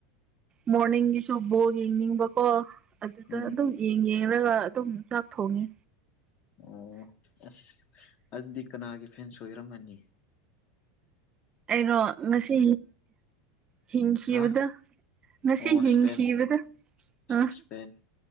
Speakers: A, on the right (about 25°); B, on the left (about 40°).
A: ꯃꯣꯔꯅꯤꯡꯒꯤꯁꯨ ꯕꯣꯜ ꯌꯦꯡꯅꯤꯡꯕꯀꯣ ꯑꯗꯨꯗ
B: ꯎꯝ
A: ꯑꯗꯨꯝ ꯌꯦꯡ ꯌꯦꯡꯔꯒ ꯑꯗꯨꯝ ꯆꯥꯛ ꯊꯣꯡꯉꯤ
B: ꯑꯣ ꯑꯁ ꯑꯗꯨꯗꯤ ꯀꯅꯥꯒꯤ ꯐꯦꯟꯁ ꯑꯣꯏꯔꯝꯃꯅꯤ l
A: ꯑꯩꯔꯣ ꯉꯁꯤ ꯍꯤꯡꯈꯤꯕꯗ
B: ꯍꯥ
A: ꯉꯁꯤ
B: ꯑꯣ
A: ꯍꯤꯡꯈꯤꯕꯗ
B: ꯏꯁꯄꯦꯟ
A: ꯑ
B: ꯏꯁꯄꯦꯟ